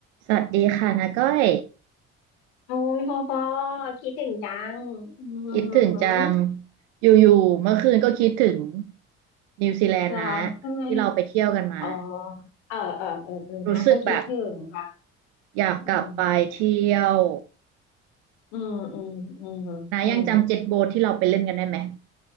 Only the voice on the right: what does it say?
สวัสดีค่ะนาก้อย
คิดถึงจังอยู่ๆเมื่อคืนก็คิดถึงนิวซีแลนด์นะ
ที่เราไปเที่ยวกันมา
รู้สึกแบบอยากกลับไปเที่ยว
นายังจำเจ็ตโบ๊ทที่เราไปเล่นกันได้ไหม